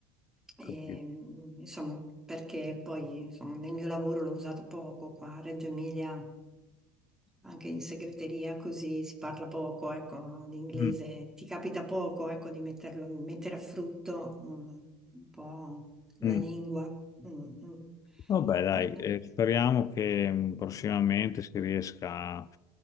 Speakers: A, in the centre; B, on the left (about 30°).
A: E,
B: Capito.
A: mh, insomma, perché poi insomma, nel mio lavoro l'ho usato poco qua a Reggio Emilia, anche in segreteria, così si parla poco, ecco, l'inglese
B: Mm,
A: ti capita poco, ecco, di metterlo, mettere a frutto mm, un po' la
B: mm.
A: lingua. Mm, mm.
B: Vabbè, dai,
A: Non
B: eh,
A: è-
B: speriamo che mh, prossimamente si riesca a